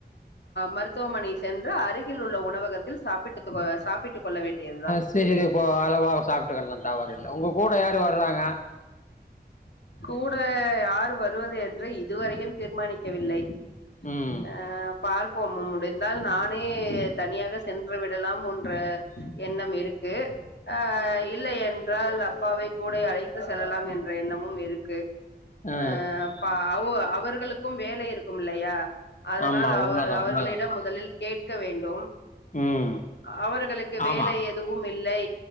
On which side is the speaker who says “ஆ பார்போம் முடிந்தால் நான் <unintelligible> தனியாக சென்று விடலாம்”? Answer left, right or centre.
Left